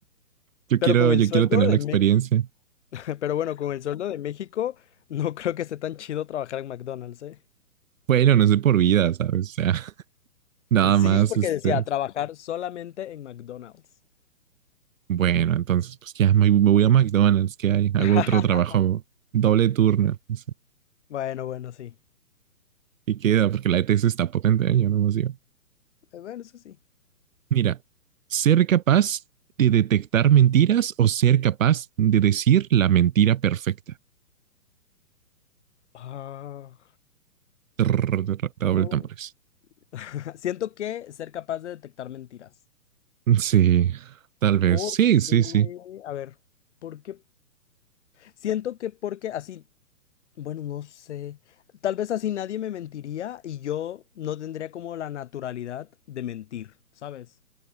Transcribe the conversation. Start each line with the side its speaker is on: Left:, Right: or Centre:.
Right: Yo
Left: Pero
Right: quiero,
Left: con el
Right: yo
Left: sueldo
Right: quiero tener
Left: de
Right: la experiencia.
Left: México, <laughs> pero bueno, con el sueldo de México, no creo que esté tan chido trabajar en McDonald's, ¿eh?
Right: Bueno, no sé por vida, ¿sabes? O sea, <laughs> nada
Left: Y Sí,
Right: más,
Left: <laughs> porque
Right: este.
Left: decía, trabajar solamente en McDonald's.
Right: Bueno, entonces, pues ya me, me voy a McDonald's, ¿qué hay? Hago
Left: <laughs>
Right: otro trabajo, doble turno. o sea,
Left: Bueno, bueno, sí.
Right: y queda, porque la ETS está potente, ¿eh? Yo no más digo.
Left: Eh, Bueno, eso sí.
Right: Mira, ser capaz de detectar mentiras o ser capaz de decir la mentira perfecta.
Left: Ah.
Right: Trrr, trrr, Doble
Left: No,
Right: tambores.
Left: <laughs> Siento que ser capaz de detectar mentiras.
Right: Sí, tal vez.
Left: Porque,
Right: Sí, sí, sí.
Left: a ver, porque siento que porque así, bueno, no sé, tal vez así nadie me mentiría y yo no tendría como la naturalidad de mentir, ¿sabes?